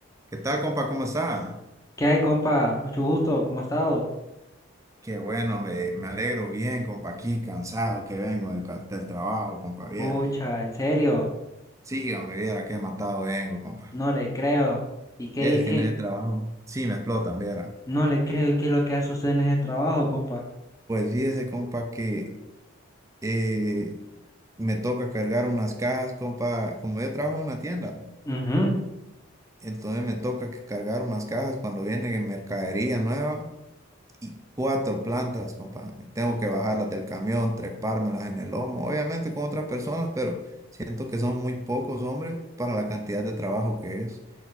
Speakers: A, on the right (about 15°); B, on the left (about 15°).
A: ¿Qué tal, compa? ¿Cómo está?
B: ¿Qué hay, compa? Mucho gusto, ¿cómo ha estado?
A: Qué bueno, me, me alegro bien, compa, aquí cansado que vengo del, ca- del trabajo, compa, viera.
B: Pucha, en serio,
A: Sí, hombre, viera qué matado vengo, compa.
B: no le creo. ¿Y qué,
A: Es
B: qué?
A: que en el trabajo, sí, me explotan, viera.
B: No le creo, ¿y qué es lo que hace usted en ese trabajo, compa?
A: Pues fíjese, compa, que eh, me toca cargar unas cajas, compa, como yo trabajo en una tienda,
B: mhm,
A: entonces me toca que cargar unas cajas cuando viene mercadería nueva. Y cuatro plantas, compa. Tengo que bajarlas del camión, trepármelas en el lomo, obviamente con otras personas, pero siento que son muy pocos hombres para la cantidad de trabajo que es.